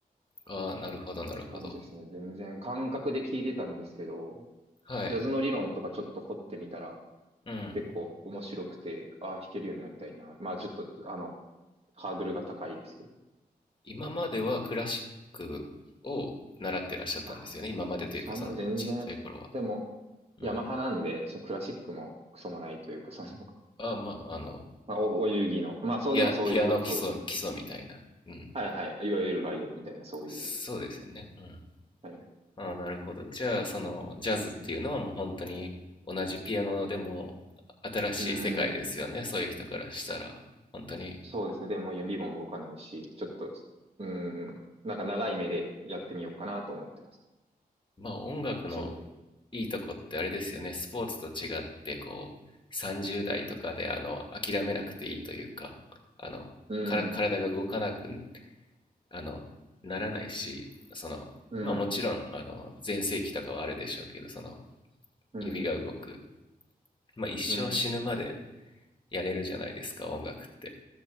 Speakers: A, on the left; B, on the right.
A: ああなるほどなるほど
B: 感じですね。全然感覚で聞いてたんですけど、
A: はい
B: ジャズの理論とかちょっと掘ってみたら、
A: うん
B: 結構面白くて、ああ、弾けるようになりたいな。まあ、ちょっと、あの、ハードルが高いですけど。
A: 今まではクラシックを習ってらっしゃったんですよね。
B: まあ、
A: 今までというか、
B: そんな、
A: そのちっちゃい頃は。
B: 全然、でも、
A: うん。
B: ヤマハなんで、そのクラシックもクソもないというか、その、
A: あまあ、あの、
B: まあ、お、お遊戯の、まあ、そうでもそういうこと、
A: ピア、ピアノ基礎、
B: そうですね。
A: 基礎みたいな。うん。
B: はいはい。いわゆるバイエルみたいな、そういうやつ。
A: そうですよね。うん。
B: はい。
A: ああ、なるほど。じゃあ、その、ジャズっていうのはもう本当に同じピアノでも新しい世界ですよね。
B: うーん。
A: そういう人からしたら。本当に。
B: そうですね。でも指も動かないし、ちょっと、うーん。なんか長い目でやってみようかなと思ってます。
A: まあ音楽の
B: 趣味で。
A: いいとこってあれですよね。スポーツと違ってこう30代とかであの諦めなくていいというか、あのから体が動かなく
B: うん。
A: あのならないし、そのまあもちろんあの全盛期とかはあるでしょうけど、
B: うん。
A: その
B: うん。
A: 指が動く、まあ一生死ぬまで
B: うん。
A: やれるじゃないですか、音楽って